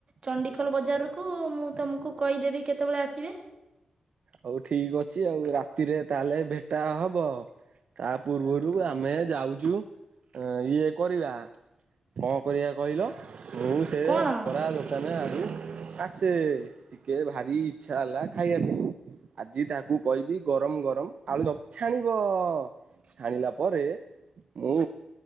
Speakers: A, on the right (about 45°); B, on the right (about 65°).
A: ଚଣ୍ଡିଖୋଲ ବଜାରରୁ। ମୁଁ ତମକୁ କହିଦେବି କେତେବେଳେ ଆସିବେ।
B: ହଉ ଠିକ ଅଛି ଆଉ ରାତିରେ ତାହେଲେ ଭେଟା ହବ ଆ। ତା ପୂର୍ବରୁ ଆମେ ଯାଉଛୁ। ହ ଇଏ କରିବା କଣ କରିବା କହିଲ। ବହୁ ସେ
A: କଣ
B: ଭରା ଦୋକାନ ଆ ଆସ ିକେ ଭାରି ଇଚ୍ଛା ହେଲା ଖାଇବା ପାଇଁ ଆଜି ତାକୁ କହିବି ଗରମ ଗରମ ଆଳୁ ସବୁ ଛାଣିବ ଛାଣିଲା ପରେ ମୁଁ